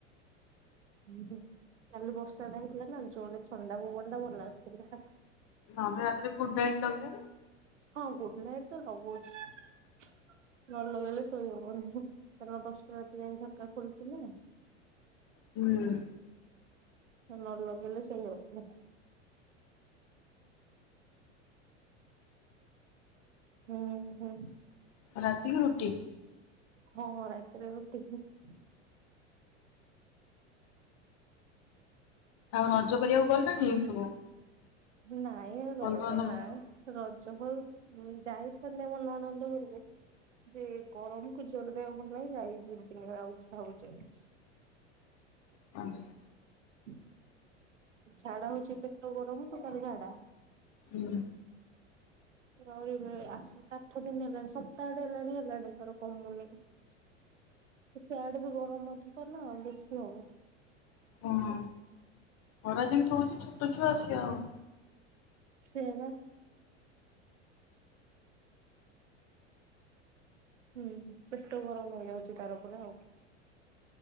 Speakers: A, on the right; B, on the left.
A: ହୁଁ ହୁଁ କାଲି ବର୍ଷାଟା ହେଇଥିଲା ନା ଜୋରେ ଥଣ୍ଡା ପବନଟା ଭଲ ଆସୁଥିଲା‌।
B: ନହେଲେ ରାତିରେ ଗୁଡ୍ ନାଇଟ୍ ଲଗେଇବୁ।
A: ହଁ ଗୁଡ୍ ନାଇଟ୍ ତ ଲଗଉଛି। ନ ଲଗେଇଲେ ଶୋଇ ହବନି କାରଣ ଦଶଟା ରାତି ଯାଏ ଝରକା ଖୋଲୁଛି ନା।
B: ହୁଁ।
A: ନ ଲଗେଇଲେ ଶୋଇ ହବନି। ହୁଁ ହୁଁ।
B: ଆଉ ରାତିକୁ ରୁଟି।
A: ହଁ ରାତରେ ରୁଟି ହୁଏ।
B: ଆଉ ରଜ କରିବାକୁ ଗଲଣିି ଏ ସବୁ।
A: ନାଇଁ ଏ
B: ବନ୍ଧୁବାନ୍ଧବ
A: ରଡ଼ ନାଁ।
B: ଘରକୁ?
A: ରଜ କୁ ଆଉ। ଯାଇଥିଲି ମୋ ନଣନ୍ଦ ଘରକୁ। ଦେ ଗରମ କୁ ଝିଅ ର ଦେହ ଭଲ ନାହିଁ। ଯାଇ ଯିବିନି ଆଉ ଯେ ଭାବୁଛି ଆଉ।
B: <unintelligible>
A: ହୁଁ <unintelligible> ଝାଡା ହଉଛି ପେଟ ଗରମ କୁ ତାବି ଝାଡା।
B: ହୁଁ।
A: ଆହୁରି ବେଳେ ବେଳେ ଆଠ ସାତ ଆଠ ଦିନ ହେଲାଣି ସପ୍ତାହଟେ ହେଲାଣି ହେଲାଣି ତାର କମୁନି। ସିଆଡେ ବି ଗରମ ଅଧିକ ହେଲା। ବେଶୀ ହବ।
B: ଓଃ। ଖରା ଯେମିତି ହଉଛି ଛୋଟ ଛୁଆ ସିଏ ଆଉ।
A: ସେଇପା। ହୁଁ ହୁଁ ପେଟ ଗରମ ହେଇଯାଉଛି ତାର ପୁରା ଆଉ।